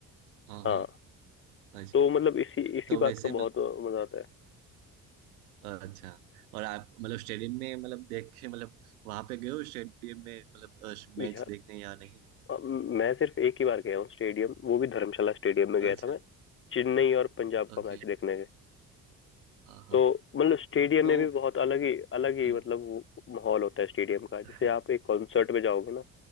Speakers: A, on the right; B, on the left.
A: हाँ
B: हाँ
A: हाँ अच्छा
B: तो मतलब इसी इसी
A: तो वैसे
B: बात का
A: मतलब
B: बहुत मजा आता है
A: अच्छा और आप मतलब स्टेडियम में मतलब देख के मतलब वहां पे गए हो स्टेडियम में मतलब मैच
B: यह
A: देखने या नहीं
B: अ, मैं सिर्फ एक ही बार गया हूँ स्टेडियम वो भी धर्मशाला स्टेडियम में गया
A: अच्छा
B: था मैं चेन्नई और पंजाब
A: ओके
B: का मैच देखने के
A: हाँ हाँ
B: तो मतलब स्टेडियम
A: तो
B: में भी बहुत अलग ही अलग ही
A: हम्म।
B: मतलब वो माहौल होता है स्टेडियम का
A: हाँ,
B: जैसे आप एक कॉन्सर्ट में जाओगे ना